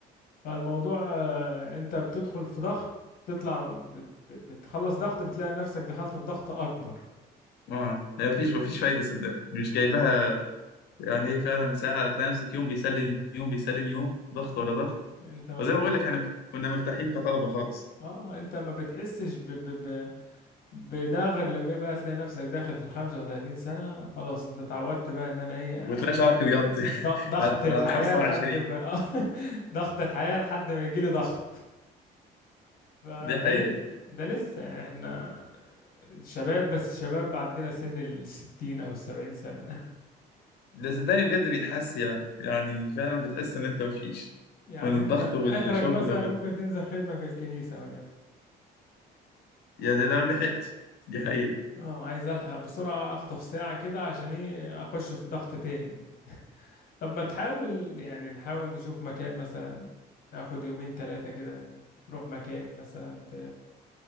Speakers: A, on the left; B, on the left.
A: فالموضوع آه، أنت بتدخل في ضغط تطلع بت- بت- بتخلص ضغط بتلاقي نفسك دخلت في ضغط أكبر
B: اه هي مفيش مفيش فايده صدقني مش جايبها يعني ايه فعلا ساعه تلاقي نفسك يوم بيسلم يوم بيسلم يوم ضغط ورا ضغط
A: أنت ما
B: وزي
A: بتحسش
B: ما بقول لك احنا كنا مرتاحين كطلبه خالص
A: اه انت ما بتحسش ب... ب... ب... بده غير لما يبقى تلاقي نفسك داخل في ال 35 سنة خلاص انت اتعودت بقى ان انا ايه
B: وتلاقي شعرك ابيض <laughs>
A: ض- ضغط
B: على على
A: الحياة
B: ال 25
A: لحد ما <laughs> آه، ضغط الحياة لحد ما يجيلي ضغط فده
B: دي حقيقه
A: لسه ده لسه يعني احنا شباب بس الشباب عندنا سن الستين أو السبعين سنة
B: ده صدقني بجد بيتحس يعني يعني فعلا بتحس ان انت مفيش
A: <laughs> يعني
B: من الضغط
A: أنت
B: والشغل
A: آخرك مثلا ممكن تنزل خدمة في الكنيسة وليكن
B: يا ده لو لحقت دي حقيقة
A: اه عايز ألحق بسرعة أخطف ساعة كده عشان إيه أخش في ضغط تاني طب ما تحاول يعني نحاول نشوف مكان مثلا ناخد يومين تلاتة كده نروح مكان مثلا ت...